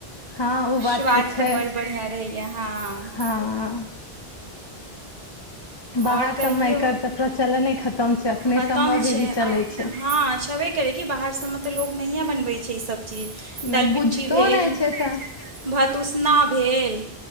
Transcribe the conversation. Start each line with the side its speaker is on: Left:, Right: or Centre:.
Left: हँ ओ बात
Right: स्वाद
Left: छै
Right: तऽ बड़ बढ़िआँ रहैया हँ।
Left: हँ बाहर
Right: और कहियौ
Left: सबमे एकर तऽ प्रचलने खतम छै अपने
Right: खतम
Left: सबमे भी
Right: छै, आ
Left: भी चलै छै
Right: हँ छबे कर बाहर सबमें तऽ लोड नहियै बनबै छै, ई सब चीज
Left: नहि
Right: दालि
Left: बुझतो
Right: पिट्ठी भेल।
Left: नहि छै तऽ
Right: भत उसना भेल